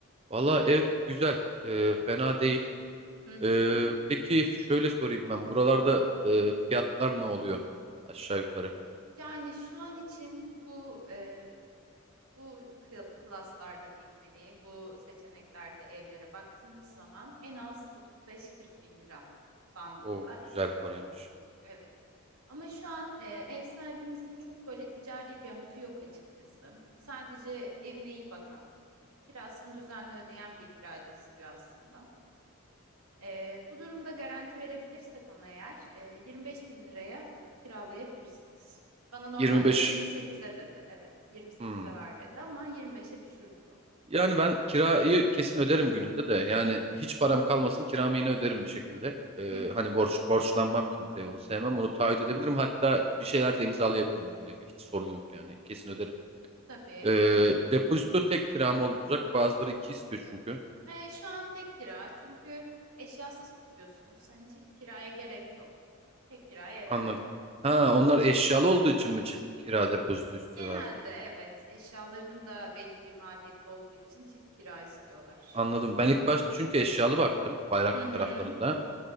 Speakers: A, on the right; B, on the right.
A: Valla ev güzel. Ee, fena değil.
B: Hı hı.
A: Ee, peki şöyle sorayım ben. Buralarda e, fiyatlar ne oluyor? Aşağı yukarı.
B: Yani şu an için bu e, bu kı- klaslarda diyeyim hani bu seçeneklerde evlere baktığınız zaman en az 35-40 bin lira bandında
A: O
B: isteniyor.
A: güzel paraymış.
B: Evet. Ama şu an e, ev sahibimizin çok böyle ticari bir amacı yok açıkçası. Sadece evine iyi bakan, e, kirasını düzenli ödeyen bir kiracı istiyor aslında. E, bu durumda garanti verebilirsek ona eğer e, 25 bin liraya kiralayabilirsiniz. Bana normalde
A: 25.
B: 28'e dedi. Evet, 28'e
A: Hmm.
B: var dedi ama 25'e düşürürüz onu.
A: Yani ben kirayı kesin öderim gününde de. Yani hiç param kalmasın kiramı yine öderim bir şekilde. Ee,
B: Hı hı.
A: hani borç borçlanmam kimseye onu sevmem. Onu taahhüt edebilirim. Hatta bir şeyler de imzalayabilirim bununla ilgili. Hiç sorun yok yani. Kesin öderim.
B: Tabii.
A: Ee, depozito tek kiram olacak. Bazıları iki istiyor çünkü.
B: E, şu an tek kira çünkü eşyasız tutuyorsunuz. Hani çift kiraya gerek yok. Tek kira yeterli.
A: Anladım. Ha
B: Hı hı.
A: onlar eşyalı olduğu için mi çift kira depozito istiyorlardı?
B: Genelde evet eşyaların da belli bir maliyeti olduğu için çift kira istiyorlar.
A: Anladım. Ben ilk başta çünkü eşyalı baktım bayrak
B: Hı hı.
A: taraflarında.